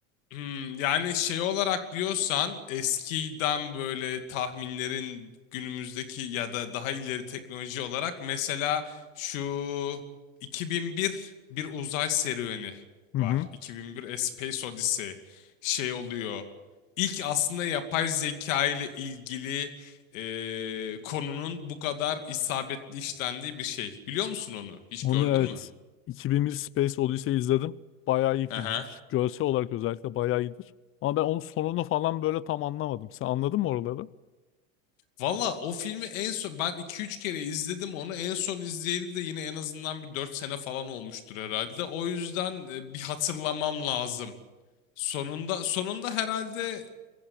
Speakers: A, on the left (about 70°); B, on the left (about 35°).
A: Hmm, yani şey olarak diyorsan eskiden böyle tahminlerin günümüzdeki ya da daha ileri teknoloji olarak mesela şu 2001 bir bir uzay serüveni
B: Hı
A: var.
B: hı.
A: 2001 A Space Odyssey şey oluyor. İlk aslında yapay zeka ile ilgili eee, konunun bu kadar isabetli işlendiği bir şey. Biliyor musun onu? Hiç
B: Onu
A: gördün
B: evet
A: mü?
B: 2001 Space Odyssey izledim. Bayağı iyi filmdir.
A: Aha.
B: Görsel olarak özellikle bayağı iyidir. Ama ben onun sonunu falan böyle tam anlamadım. Sen anladın mı oraları?
A: Valla o filmi en son ben iki üç kere izledim onu. En son izleyeli de yine en azından bir 4 sene falan olmuştur herhalde. O yüzden e, bir hatırlamam lazım. Sonunda sonunda herhalde